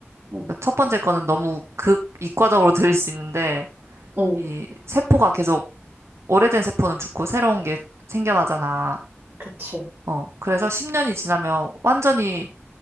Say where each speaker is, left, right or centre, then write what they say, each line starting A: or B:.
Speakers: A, on the right; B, on the right.
A: 응,
B: 첫 번째 거는 너무 극 이과적으로 들릴 수 있는데,
A: 응,
B: 이 세포가 계속 오래된 세포는 죽고 새로운 게 생겨나잖아.
A: 그치.
B: 어, 그래서 10년이 지나면 완전히